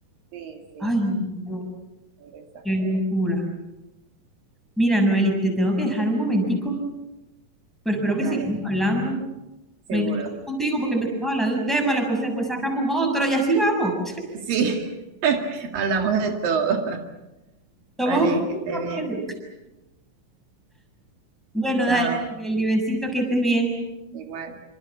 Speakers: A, on the right; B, in the centre.
A: sí, sí.
B: Ay, no,
A: Exacto.
B: qué locura. Mira, Noeli, te tengo que dejar un momentico, pero espero que
A: Vale,
B: sigamos hablando.
A: seguro.
B: Me encanta hablar contigo porque empezamos a hablar de un tema, después, después sacamos otro y así vamos.
A: Sí, <laughs> hablamos de todo.
B: Somos
A: Vale,
B: un
A: que
B: grupo
A: esté bien.
B: serio. Bueno,
A: Chao.
B: dale, Noeli, besito, que estés bien.
A: Igual.